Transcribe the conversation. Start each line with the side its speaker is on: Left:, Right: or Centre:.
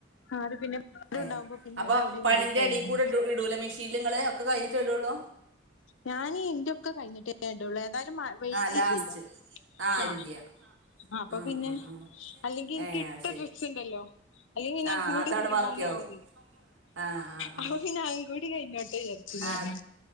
Left: ആഹ് അത് പിന്നെ <unintelligible>
Right: ഏ
Left: ഉണ്ടാവുമ്പോ പിന്നെ
Right: അപ്പൊ
Left: ഓല് അവടിം
Right: പണിന്റെ
Left: കൊണ്ടോയി കയിഞ്ഞിണ്.
Right: എടീ കൂടെ ഇടു ഇടൂല മെ ഷീൻല് ഇങ്ങള്. ഒക്കെ കഴിഞ്ഞിട്ടേ ഇടൊള്ളൂ.
Left: ഞാന് ഇന്റെതൊക്കെ കഴിഞ്ഞിട്ടേ ഞാൻ ഇടൊള്ളൂ. ഏതാ ലും മ വെയില്
Right: ആ ലാസ്റ്റ്
Left: ഇല്ല്യല്ലോ
Right: ആ
Left: ആഹ്
Right: ഇല്ല്യ
Left: അപ്പൊ
Right: ആ
Left: പിന്നെ
Right: ആ ആ
Left: അല്ലെങ്കി ഇന്ക്ക്
Right: ഏ
Left: ഇട്ട
Right: അത് ശരി
Left: ഡ്രസ്സ്ണ്ടല്ലോ. അല്ലെങ്കി പിന്നെ
Right: ആ
Left: അതൂടി
Right: അതവിടെ
Left: തിര്മ്പാന്
Right: ബാക്കിയാവും
Left: ആവുലേ.
Right: ആ ആ
Left: അപ്പം
Right: ആ
Left: പിന്നെ അതും കൂടി കയിഞ്ഞോട്ടെ വിചാര്ച്ചും ഞാന്.
Right: ആ